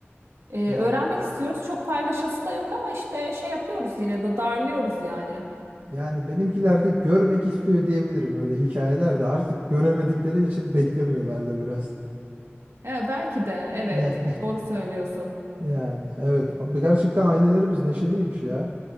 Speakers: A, on the right; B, on the right.
A: E,
B: Ya
A: öğrenmek istiyoruz. Çok paylaşası da yok ama işte şey yapıyoruz yine de darlıyoruz yani.
B: yani benimkiler de görmek istiyor diyebilirim öyle hikayeler de artık göremedikleri için beklemiyorlar da biraz.
A: E, belki de evet
B: Yani,
A: doğru söylüyorsun.
B: <laughs> yani evet Abi gerçekten ailelerimiz neşeliymiş ya.